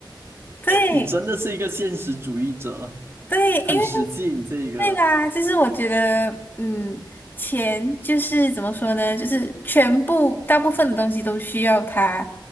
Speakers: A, on the left; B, on the right.
A: 对，
B: 你真的是一个现实主义者，
A: 对，因为
B: 很实际。你这一个，
A: 对吧？就是我觉得，嗯，钱就是怎么说呢？就是全部大部分的东西都需要它，